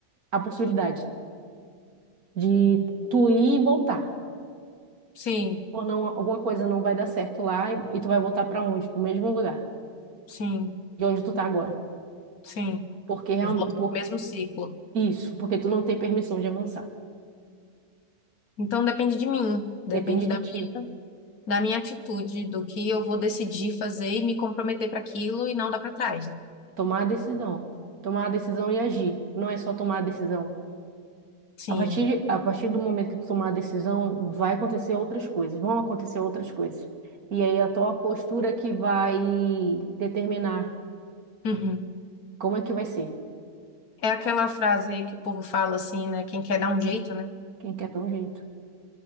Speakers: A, on the right; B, on the left.
A: a possibilidade de tu ir e voltar.
B: sim,
A: Ou não, alguma coisa não vai dar certo lá e, e tu vai voltar para onde? Para o mesmo lugar,
B: sim.
A: de onde tu tá agora.
B: sim.
A: Porque real-
B: Eu volto
A: por
B: pro mesmo ciclo.
A: isso, porque tu não tem permissão de avançar.
B: Então depende de mim, depende
A: Depende
B: da,
A: de ti.
B: da minha atitude, do que eu vou decidir fazer e me comprometer para aquilo e não dar para trás, né?
A: Tomar a decisão. Tomar a decisão e agir. Não é só tomar a decisão.
B: Sim.
A: A partir, a partir do momento que tu tomar a decisão, vai acontecer outras coisas, vão acontecer outras coisas. E aí a tua postura que vai determinar
B: Uhum.
A: como é que vai ser.
B: É aquela frase que o povo fala assim, né? Quem quer dar um jeito, né?
A: Quem quer dar um jeito.